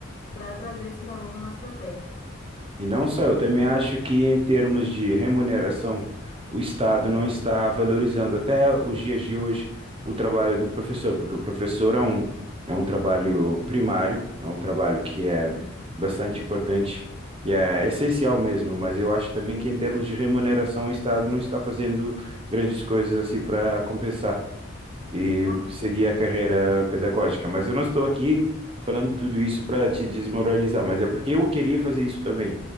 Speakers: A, on the left; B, on the right.
A: para trazer esses alunos mais para perto.
B: E não só, eu também acho que em termos de remuneração, o Estado não está valorizando até os dias de hoje o trabalho do professor, porque o professor é um, é um trabalho primário, é um trabalho que é
A: Sim,
B: bastante importante e é essencial mesmo, mas eu acho também que em termos de remuneração o Estado não está fazendo grandes coisas assim para compensar e
A: realmente.
B: seguir a carreira pedagógica. Mas eu não estou aqui falando tudo isso para te desmoralizar, mas é porque eu queria fazer isso também